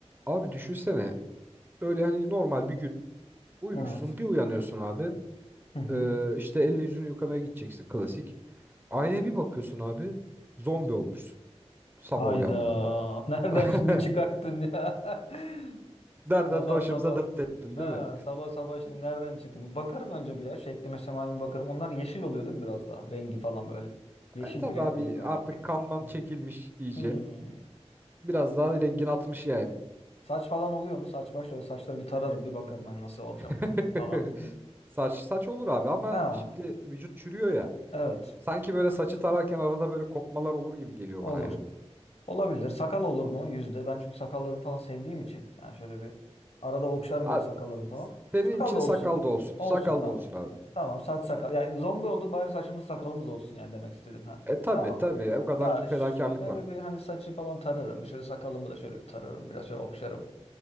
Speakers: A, on the right; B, on the left.
A: Abi düşünsene böyle hani normal bir gün uyumuşsun
B: Evet.
A: bir uyanıyorsun abi
B: Hı hı.
A: Ee, işte elini yüzünü yıkamaya gideceksin klasik. Aynaya bir bakıyorsun abi zombi olmuşsun sabah
B: Hayda.
A: uyandığında.
B: <laughs> Nereden
A: <laughs>
B: şimdi çıkarttın ya? <laughs>
A: Nereden
B: Sabah
A: de başımıza
B: sabah.
A: dert ettin
B: Ha,
A: değil mi?
B: sabah sabah şimdi nereden çıktı? Bir bakarım önce bir ya. Şeklime şemalime bakarım. Onlar yeşil oluyor değil mi biraz daha? Rengi falan böyle. Yeşil
A: Ee, E tabi
B: bir renk
A: abi
B: oluyor galiba.
A: artık kanman
B: Hı.
A: çekilmiş
B: <clears throat>
A: iyice.
B: Hmm.
A: Biraz daha rengin atmış yani.
B: Saç falan oluyor mu? Saç baş öyle saçları bir tararım bir bakarım ben nasıl olacağım
A: <laughs>
B: falan.
A: Saç saç olur abi ama
B: Ha
A: şimdi vücut çürüyor ya.
B: evet
A: Sanki böyle saçı tararken arada böyle kopmalar olur gibi geliyor
B: olur.
A: bana ya.
B: Olabilir. Sakal olur mu? Yüzde. Ben çünkü sakallarımı falan sevdiğim için. Yani şöyle bir arada okşarım
A: Abi,
B: böyle sakallarımı falan.
A: senin
B: Sakal
A: için
B: da olsun.
A: sakal da olsun.
B: Olsun
A: Sakal
B: tamam.
A: da olsun abi.
B: Tamam saç sakal. Yani zombi olduk bari saçımız sakalımız olsun yani demek istedim. Ha.
A: E tabii
B: Tamam.
A: tabii e, o kadar
B: Ya ş-
A: fedakarlık
B: şöyle
A: var.
B: bir hani saçı falan tararım. Şöyle sakalımı da şöyle bir tararım. Biraz şöyle okşarım.